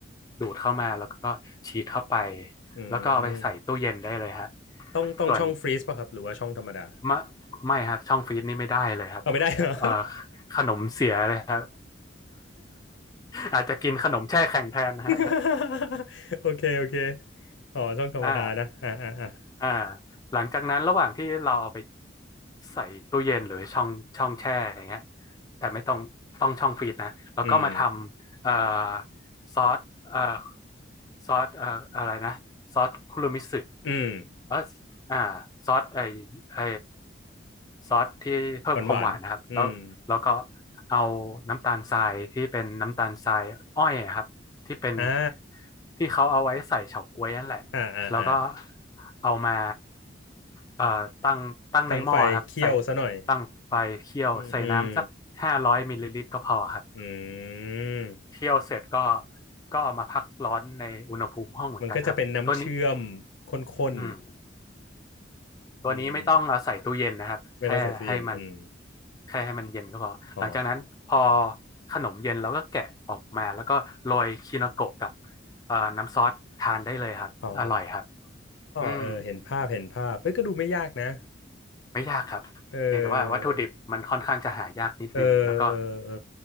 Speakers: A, on the left; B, on the left.
A: ดูดเข้ามาแล้วก็ฉีดเข้าไป
B: อืม
A: แล้วก็เอาไปใส่ตู้เย็นได้เลยฮะ
B: ต้องต้องช่องฟรีซป่ะครับหรือว่าช่องธรรมดา
A: ส่วนมะไม่ครับช่องฟรีซนี่ไม่ได้เลยครับ
B: เอาไม่ได้ <laughs> เหรอ
A: เอ่อขนมเสียเลยครับ <laughs> อาจจะกินขนมแช่แข็งแทนนะ <laughs>
B: <laughs>
A: ฮะ
B: โอเคโอเคอ๋อช่องธรรมดานะอ่าอ่าอ่า
A: อ่าอ่าหลังจากนั้นระหว่างที่เราเอาไปใส่ตู้เย็นหรือช่องช่องแช่อย่างเงี้ยแต่ไม่ต้องต้องช่องฟรีซนะแล้วก็มาทำเอ่อ
B: อืม
A: ซอสเอ่อซอสเอ่ออะไรนะซอสคุรุมิสึ
B: อืม
A: เอออ่าซอสไอไอซอสที่เพิ่มความหวานนะครับแล้วแล้วก็
B: หวานหวานอืม
A: เอาน้ำตาลทรายที่เป็นน้ำตาลทรายอ้อยอะครับที่เป็น
B: อ่า
A: ที่เขาเอาไว้ใส่เฉาก๊วยนั่นแหละ
B: อ่าอ่าอ่า
A: แล้วก็เอามาเอ่อตั้งตั้งในหม้อครับใส่
B: ตั้งไฟเคี่ยวซะหน่อย
A: ตั้งไฟเคี่ยวใส่น้ำสักห้าร้อยมิลลิลิตรก็พอครับ
B: อืมอืมอืม
A: เคี่ยวเสร็จก็ก็เอามาพักร้อนในอุณหภูมิห้องเหมือนกันครับตัวนี้
B: มันก็จะเป็นน้ำเชื่อมข้น
A: อืม
B: ๆอืม
A: ตัวนี้ไม่ต้องเอาใส่ตู้เย็นนะครับแค่ให้มัน
B: ไม่ต้องใส่ตู้เย็นอืม
A: แค่ให้มันเย็นก็พอหลังจากนั้นพอ
B: อ๋อ
A: ขนมเย็นเราก็แกะออกมาแล้วก็โรยคิโนโกะกับเอ่อน้ำซอสทานได้เลยครับอร่อยครับ
B: อ๋อ
A: อืม
B: เออเห็นภาพเห็นภาพเอ้ย ก็ดูไม่ยากนะ
A: ไม่ยากครับเพียงแต่ว่าวัตถุดิบมันค่อนข้างจะหายากนิดนึงแล้วก็
B: เออเออเออเออ